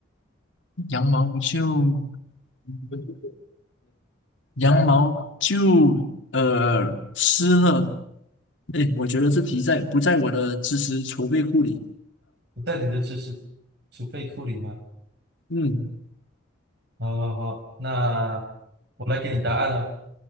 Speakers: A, on the left; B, on the right.
A: 羊毛不就 <laughs> 羊毛就呃湿了。哎，我觉得这题在不在我的知识储备库里？
B: 在你的知识储备库里吗？
A: 嗯，
B: 好好好，那我来给你答案了。